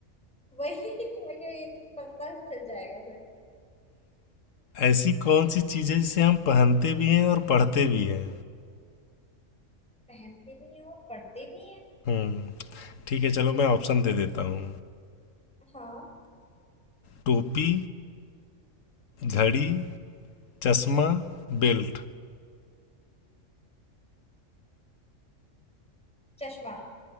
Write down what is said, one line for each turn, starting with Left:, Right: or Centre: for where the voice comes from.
Centre: वही मुझे ये तो पता चल जाएगा फिर
Left: ऐसी कौन सी चीजें जिसे हम पहनते भी हैं और पढ़ते भी हैं
Centre: पहनते भी हैं और पढ़ते भी हैं
Left: हम्म ठीक है चलो मैं ऑप्शन दे देता हूँ
Centre: हाँ
Left: टोपी घड़ी चश्मा बेल्ट
Centre: चश्मा